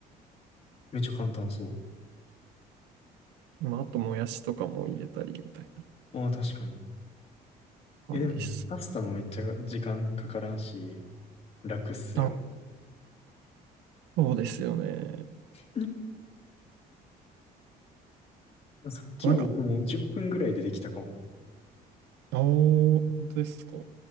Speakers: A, on the left; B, on the right.
A: めっちゃ簡単そ
B: まあ、あともやしとかも入れたりみたいな
A: う。ああ、確かに。
B: 感じですね。
A: え、でも、パスタもめっちゃ時間かからんし、楽っすよ。
B: あ、そうですよね。
A: うんさっきは僕も10分ぐらいでできたかも。
B: なんか、あお、本当ですか。